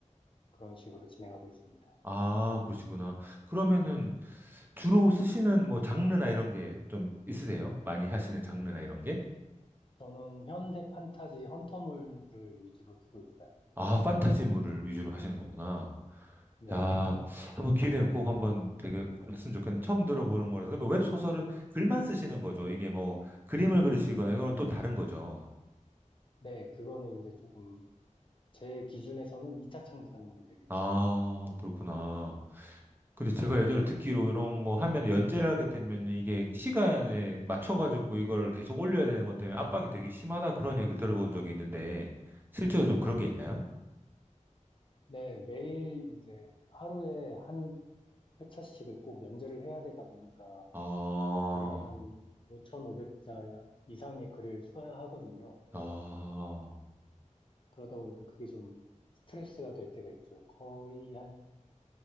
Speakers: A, on the left; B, on the right.
A: 그런 식으로 진행하고 있습니다.
B: 아, 그러시구나. 그러면은 주로 쓰시는 뭐 장르나 이런 게 좀 있으세요? 많이 하시는 장르나 이런 게?
A: 저는 현대 판타지 헌터물을 위주로 쓰고 있어요.
B: 아, 판타지물을 위주로 하시는 거구나.
A: 네.
B: 야, 한번 기회 되면 꼭 한번 되게 했으면 좋겠는데 처음 들어보는 거라서. 그러면 웹소설은 글만 쓰시는 거죠. 이게 뭐 그림을 그리시거나 이거는 또 다른 거죠.
A: 네, 그거는 이제 조금 제 기준에서는 2차 창작물이 되겠죠.
B: 아, 그렇구나. 근데 제가 예전에 듣기로 이런 거 하면 연재를 하게 되면 이게 시간에 맞춰가지고 이걸 계속 올려야 되는 것 때문에 압박이 되게 심하다 그런 얘기를 들어본 적이 있는데 실제로 좀 그런 게 있나요?
A: 네, 매일 이제 하루에 한 회차씩을 꼭 연재를 해야 되다 보니까
B: 아,
A: 매일 한 5,500자 이상의 글을 써야 하거든요.
B: 아,
A: 그러다 보니까 그게 좀 스트레스가 될 때가 있죠. 거의 한